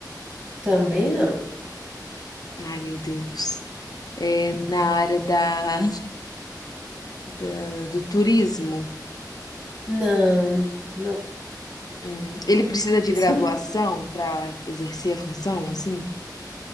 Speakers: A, on the right (about 20°); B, on the left (about 60°).
A: Também não.
B: Ai, meu Deus. É na área da, da- do turismo?
A: Não, não.
B: Hum, ele precisa de
A: <laughs>
B: graduação para exercer a função, assim?